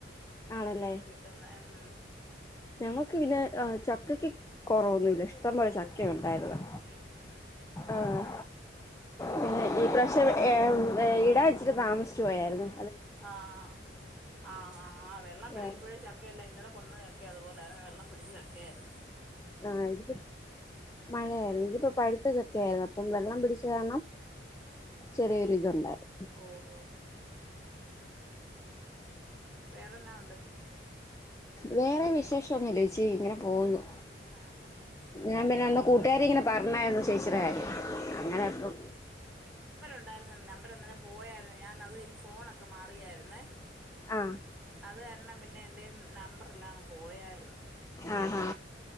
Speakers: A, on the left; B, in the centre.
A: ആണല്ലേ
B: കിട്ട്ന്നെ ഉം
A: ഞങ്ങക്ക് പിന്നെ അഹ് ചക്കക്ക് കൊറവൊന്നുല്ല ഇഷ്ടംപോലെ ചക്കയുണ്ടായിര്ന്ന്.
B: ഉം ഉം ഉം
A: ആഹ് പിന്നെ ഈ പ്രാവശ്യം ഏംഹ് ഏഹ് ഇടാ ഇച്ചിരി താമസിച്ച് പോയാര്ന്ന്.
B: ആഹ് ആഹ് ആഹ് ആഹ് വെള്ളം പിടി
A: ആഹ്
B: ഇപ്പഴും ച ക്കയെല്ലാം ഇന്നലെ കൊണ്ടന്ന ചക്ക അതുപോലാണ് വെള്ളം പിടിച്ച ചക്കയാര്ന്ന്.
A: ആഹ് ഇത്പ്പോ മഴയായിര്ന്നു ഇതിപ്പോ പഴ്ത്ത ചക്കയാര്ന്നു അപ്പം വെള്ളം പിടിച്ച കാരണം ചെറിയൊര്ത്ണ്ടായിര്ന്നു.
B: ഓഹോ വേറെന്നാ ഉണ്ട്?
A: വേറെ വിശേഷാന്നുല്ലേച്ചി ഇങ്ങനെ പോവുന്നു.
B: ആഹ് ആഹ്
A: ഞാൻ പിന്നെ അന്ന് കൂട്ടുകാരി ങ്ങനെ പർഞ്ഞായിര്ന്ന് ചേച്ചിടെ കാര്യം അങ്ങനെ അപ്പം
B: ബാ <unintelligible> നമ്പറ് അന്നേരം പോയാരുന്നെ ഞാൻ അത് കഴിഞ്ഞ് ഫോണൊക്കെ മാറിയാരുന്നേ
A: ആഹ്
B: അത് കാരണം പിന്നെ എന്റെ നമ്പറെല്ലാം പോയാരുന്ന്
A: ആഹ്